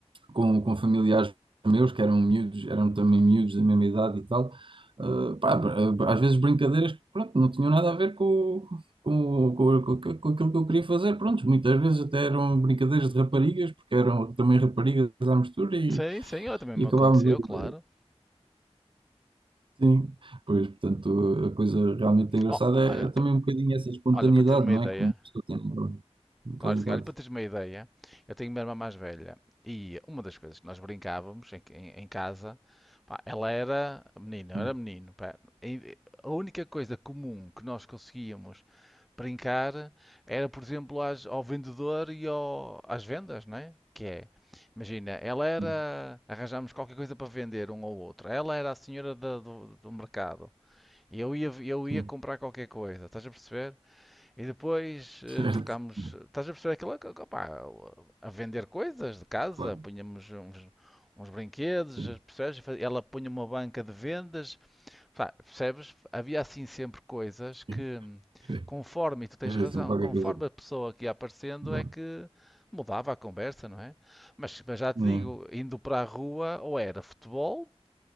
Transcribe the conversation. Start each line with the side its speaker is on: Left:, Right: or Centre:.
Right: com, com familiares meus, que eram miúdos, eram também miúdos da mesma idade e tal. Uh, pá, br- eh, às vezes brincadeiras que pronto, não tinham nada a ver com, com, com, com, com aquilo que eu queria fazer. Pronto, muitas vezes até eram brincadeiras de raparigas, porque eram também raparigas à mistura e,
Centre: sim, sim, olha, também
Right: e
Centre: me
Right: acabávamos
Centre: aconteceu,
Right: a-
Centre: claro.
Right: sim Pois, portanto, a coisa realmente engraçada
Centre: Oh, olha,
Right: é, é também
Centre: pa-
Right: um bocadinho essa espontaneidade,
Centre: olha, para teres uma
Right: não
Centre: ideia,
Right: é? Como a pessoa tem naquela naquela
Centre: claro, que
Right: idade.
Centre: sim. olha, para teres uma ideia, eu tenho uma irmã mais velha e uma das coisas que nós brincávamos em, em- em casa, pá, ela era menina,
Right: Sim,
Centre: eu era menino, pá, e a única coisa comum que nós conseguíamos brincar era, por exemplo, às- ao vendedor e ao- às vendas, não é? Que é, imagina, ela era,
Right: sim,
Centre: arranjámos qualquer coisa para vender um ao outro, ela era a senhora da- do, do mercado e eu ia, eu ia
Right: sim,
Centre: comprar qualquer coisa, estás a perceber? E depois eh,
Right: <laughs> certo,
Centre: trocámos,
Right: sim,
Centre: estás a perceber aquilo, que- que, pá, a vender coisas de casa,
Right: claro,
Centre: punhamos uns, uns brinquedos,
Right: sim,
Centre: percebes? E fa- Ela punha uma banca de vendas Pá, percebes? Havia assim sempre coisas que,
Right: sim. sim.
Centre: conforme, e tu tens
Right: É
Centre: razão,
Right: assim qualquer
Centre: conforme
Right: coisa
Centre: a pessoa que ia aparecendo
Right: Bom,
Centre: é que mudava a conversa, não é? Mas, mas já te
Right: né?
Centre: digo, indo para a rua, ou era futebol,